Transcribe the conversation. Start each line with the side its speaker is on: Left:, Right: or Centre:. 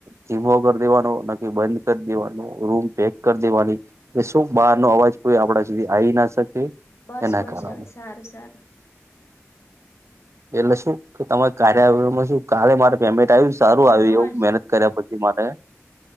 Right: ધીમો કરી દેવાનું ન બંધ કરી દેવા રૂમ પેક કરી દેવાની શું બહાર નો અવાજ કોઈ આપડા સુધી આવી ના શકે
Left: બસ
Right: એના
Left: બસ
Right: કારણે
Left: હવે સારું સારું
Right: એટલે શું કે તમાર કાર્યમાં શું કાલે મારે પેમેન્ટ આવ્યું સારું
Left: હવે
Right: આવી
Left: બસ
Right: એવું મહેનત કર્યા પછી મને